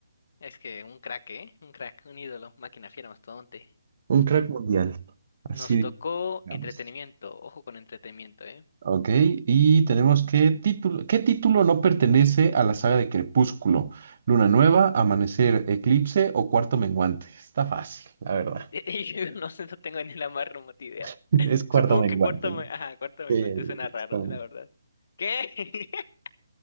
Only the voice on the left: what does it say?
Es que un crack, ¿eh? Un crack, un ídolo, máquina fiera, mastodonte.
Nos tocó
entretenimiento, ojo con entretenimiento, ¿eh?
<laughs> Y Yo no sé, no tengo ni la más remota idea.
Supongo
que cuarto, me... Ajá, cuarto menguante
suena raro,
la verdad. ¿Qué? <laughs>